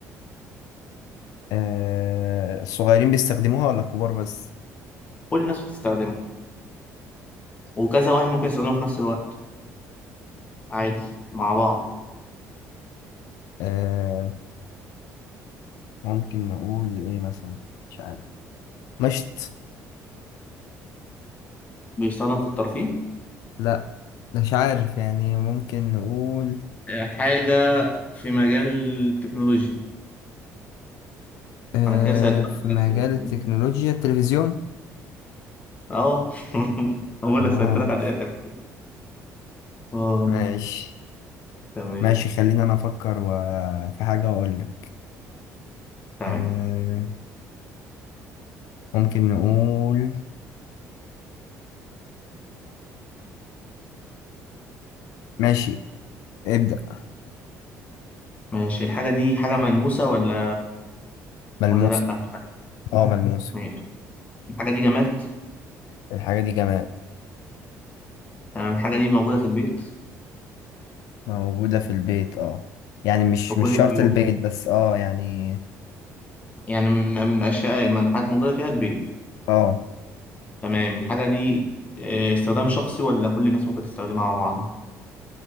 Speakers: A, on the left; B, on the left.
A: آه الصغيرين بيستخدموها ولا الكبار بس
B: كل الناس بتستخدمه وكذا واحد ممكن يستخدمه في نفس الوقت عادي مع بعض
A: آه ممكن نقول إيه مثلا مش عارف مشط
B: بيستخدم في الترفيه
A: لا مش عارف يعني ممكن نقول
B: آه، حاجة في مجال التكنولوجيا
A: آه
B: أنا كده سألتلك
A: في
B: على
A: مجال
B: الآخر يعني
A: التكنولوجيا التلفزيون
B: اه <laughs> أقول
A: اه
B: لك سألتلك على الآخر اه
A: ماشي
B: تمام
A: ماشي خلينا أنا أفكر و... في حاجة وأقول لك
B: تمام
A: آه ممكن نقول ماشي ابدأ
B: ماشي الحاجة دي حاجة ملموسة ولا
A: ملموسة
B: ولا لأ
A: اه ملموسة
B: ماشي الحاجة دي جماد
A: الحاجة دي جمال
B: تمام الحاجة دي موجودة في البيت
A: موجودة في البيت اه يعني مش
B: في كل
A: مش
B: البيوت
A: شرط البيت
B: يعني
A: بس اه يعني
B: يعني من من أشياء من حاجات موجودة فيها البيت
A: اه
B: تمام الحاجة دي آه، استخدام شخصي ولا كل الناس ممكن تستخدمها مع بعض